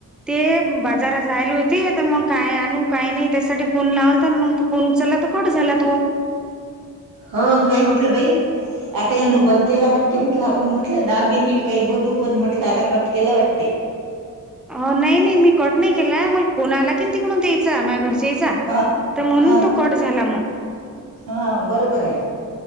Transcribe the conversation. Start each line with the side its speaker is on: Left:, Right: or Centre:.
Centre: ते बाजारात जायल होते, त मग काय आणू काय नाही त्यासाठी फोन लावलता, मग तू फोन उचलला त कट झाला तो.
Right: हो मी म्हटलं बाई आता
Centre: हं.
Right: हनं बंद केला वाटते म्हटलं आपूण म्हटल दहा मिनिट काही बोलू पण, म्हटल आता कट केला वाटते.
Centre: अ नाही नाही मी कट नाही केलाय. मला फोन आला कि तिकडून त्यायेचा, माझ्या घरच्यायचा
Right: हा
Centre: तर म्हणून
Right: हा
Centre: तो कट झाला मग.
Right: हा बरोबरे,